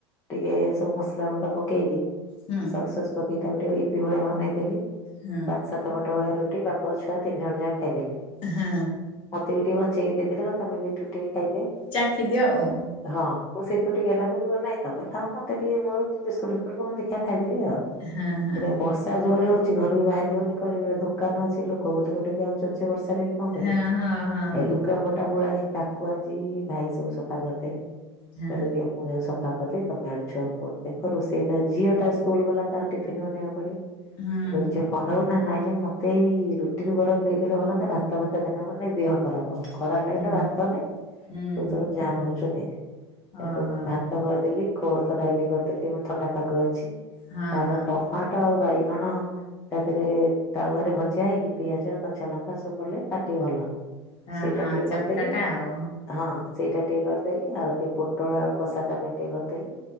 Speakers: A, on the left; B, on the left.
A: ଟିକେ ସବୁ ମସଲା ଗୁଣ୍ଡ ପକେଇକି
B: ହୁଁ
A: ସକ୍ସଫକ୍ସ ପକେଇକି ତାକୁ ଟିକେ ଇପି ଭଳିଆ ବନେଇଦେଲି
B: ହୁଁ
A: ପାଞ୍ଚ ସାତ ସାତ ପଟ ଭଳିଆ ରୁଟି ବାପ ଛୁଆ ତିନି ଜଣ ଯାକ ଖାଇଦେଲେ
B: ହଁ।
A: ମୋତେ ବି ଟିକେ ବଞ୍ଚେଇକି ଦେଇଦେଲେ ତମେ ବି ଏଠୁରୁ ଟିକେ ଖାଇଦିଅ।
B: ଚାଖି ଦିଅ ଆଉ
A: ହଁ ମୁଁ ସେଇଥିରୁ ଟିକେ ନାଁକୁ ତମେ ଖାଅ ମତେ ଟିକେ ମୋର ବିସ୍କୁଟୁ ଫିସ୍କୁଟ କଣ ଦେଖିଆ ଖାଇଦେବି ଆଉ।
B: ହଁ ହଁ
A: ଏଇଟା ବର୍ଷା ଜୋରରେ ହଉଛି ଘରୁ ବି ବାହାରି ହଉନି କରିବେ ଦୋକାନ ଅଛି ଲୋକ ଗୋଟେ ଗୋଟେ ଯାଉ <unintelligible> ବର୍ଷାରେ ବି କଣ କରିବା
B: ହଁ ହଁ ହଁ।
A: ଏ ଲୁଗା ପଟା ପୁଳାଏ ତାକୁ ଆଜି ଭାଇ ସବୁ ସଫା କରିଦେଲେ
B: ହଁ
A: କହିଲେ ଦିଅ ମୁଁ ଯାଉଛି ସଫା କରିଦେବି ତମେ ଆଡେ ଛୁଆଙ୍କୁ ଦେଖ ରୋଷେଇ ତ ଝିଅ ଟା ସ୍କୁଲ୍ ଗଲା ତାର ଟିଫିନ୍ ବନେଇ ବାକୁ ପଡିବ।
B: ହୁଁ
A: ମୁଁ କହିଲି ଝିଅ କଣ ନବୁ ନା ନାଇଁ ନାଇଁ ମତ ଏଇ ରୁଟିରୁ ବରଂ ଦେଇଦେଲେ ଭଲହନ୍ତା ଭାତ ଭାତ ଦେନା ମୋର ଟିକେ ଦେହ ଖରାପ୍। ହଉ ଖରାବେଳ ଟାଇମ୍
B: ହୁଁ
A: ଟା ଭାତନେ
B: ହୁଁ
A: ତୁ ତୋର ଯାହା ନଉଚୁ ନେ। ସେଠୁ
B: ଓହୋ
A: ଭାତ କରିଦେଲି କୋଳଥ ଡାଲି କରିଦେଲି ଥଣ୍ଡା ପାଗ ଅଛି।
B: ହଁ
A: ତାର
B: ହଁ।
A: ଟମାଟ ଆଉ ବାଇଗଣ ତା ଥିରେ ତାୱାରେ ଭଜା ହେଇକି ପିଆଜ କଞ୍ଚା ଲଙ୍କା ସବୁ ପଡ଼ିଲେ ତାର ଟିକେ ଭଲ
B: ହଁ
A: ସେଇଟା
B: ହଁ
A: ଟିକେ
B: ଚକଟା
A: କରିଦେଲି
B: ଟା ଆଉ
A: ହଁ। ସେଇଟା ଟିକେ କରିଦେଲି ଆଉ ଟିକେ ପୋଟଳ ଆଳୁ କଷା ତା ପାଇଁ ଟିକେ କରିଦେଲି